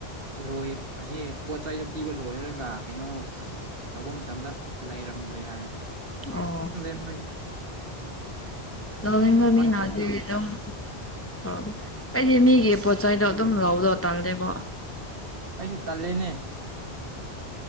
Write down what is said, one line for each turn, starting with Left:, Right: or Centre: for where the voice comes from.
Right: ꯑꯂꯣꯏ ꯑꯁꯤ ꯄꯣꯠ ꯆꯩꯗꯣ ꯄꯤꯕ ꯂꯣꯏꯔꯒ ꯀꯩꯅꯣ ꯇꯧꯕ ꯃꯇꯝꯗ ꯂꯩꯔꯝꯗ꯭ꯔꯦ ꯍꯥꯏ
Left: ꯑꯣ
Right: ꯍꯣꯏ
Left: ꯇꯧꯅꯤꯡꯕ
Right: ꯀꯃꯥꯏꯅ
Left: ꯃꯤꯅꯗꯤ
Right: ꯇꯧꯕꯅꯣ
Left: ꯗꯨꯝ ꯑꯗ ꯑꯩꯗꯤ ꯃꯤꯒꯤ ꯄꯣꯠꯆꯩꯗꯣ ꯑꯗꯨꯝ ꯂꯧꯕꯗꯣ ꯇꯥꯜꯂꯦꯕꯣ
Right: ꯑꯩꯁꯨ ꯇꯂꯦꯅꯦ